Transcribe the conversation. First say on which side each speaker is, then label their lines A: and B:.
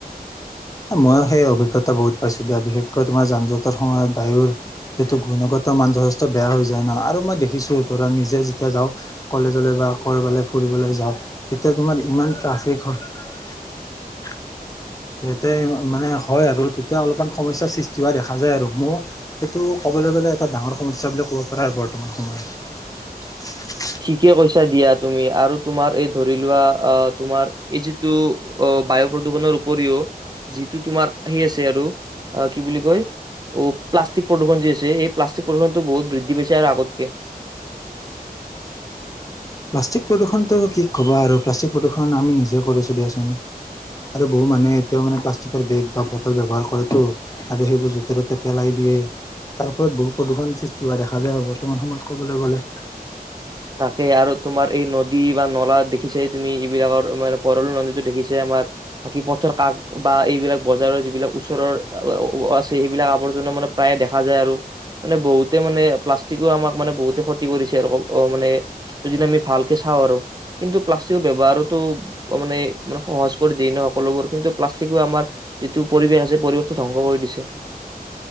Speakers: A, on the left; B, on the right.
A: এই ময়ো সেই অভিজ্ঞতা বহুত পাইছোঁ দিয়া বিশেষকৈ তোমাৰ যান জঁটৰ সময়ত বায়ুৰ, যিটো গুণগত মান যথেষ্ট বেয়া হৈ যায় ন? আৰু মই দেখিছোঁ ধৰা নিজে যেতিয়া যাওঁ। কলেজলে বা ক'ৰবালে ফুৰিবলৈ যাওঁ, তেতিয়া তোমাৰ ইমান ট্ৰাফিক হয়। <unintelligible> মানে হয় আৰু তেতিয়া অলপমান সমস্যাৰ সৃষ্টি হোৱা দেখা যায় আৰু, মোও সেইটো ক'বলৈ গ'লে এটা ডাঙৰ সমস্যা বুলি ক'ব পাৰা বৰ্তমান সময়ত।
B: ঠিকে কৈছা দিয়া তুমি আৰু তোমাৰ এই ধৰি লোৱা আ তোমাৰ এই যিটো অ বায়ু প্ৰদূষণৰ উপৰিও, যিটো তোমাৰ সে আছে আৰু, আ কি বুলি কয়? ঔ প্লাষ্টিক প্ৰদূষণ যি আছে এই প্লাষ্টিক প্ৰদূষণতো বহুত বৃদ্ধি পাইছে আৰু আগতকে।
A: প্লাষ্টিক প্ৰদূষণটো কি ক'বা আৰু প্লাষ্টিক প্ৰদূষণ আমি নিজে কৰি দিয়াচোন। আৰু বহু মানুহে এতিয়াও মানে প্লাষ্টিকৰ বেগ বা বটল ব্যৱহাৰ কৰেতো আৰু সেইবোৰ য'তে ত'তে পেলাই দিয়ে তাৰ ফলত বহুত প্ৰদূষণ সৃষ্টি হোৱা দেখা যায়। আৰু বৰ্তমান সময়ত ক'বলৈ গ'লে।
B: তাক আৰু তোমাৰ এই নদী। বা নলা দেখি চাই তুমি। এই বিলাকৰ মানে বৰল নদীতো দেখিছে। আমাৰ বাকী পথৰ কাক বা এইবিলাক বজাৰৰ যিবিলাক ওচৰৰ আছে সেইবিলাক আৱৰ্জনা মানে প্ৰায়ে দেখা যায়। আৰু মানে বহুতে মানে প্লাষ্টিকো আমাক মানে বহুতে ক্ষতি কৰিছে আৰু। অ মানে যদি আমি ভালকে চাওঁ। আৰু কিন্তু প্লাষ্টিকৰ ব্যৱহাৰোতো মানোনে সহজ কৰি দিয়ে। ন সকলোবোৰ কিন্তু প্লাষ্টিকো আমাৰ যিটো পৰিৱেশ আছে। পৰিৱেশটো ধ্বংস কৰি দিছে।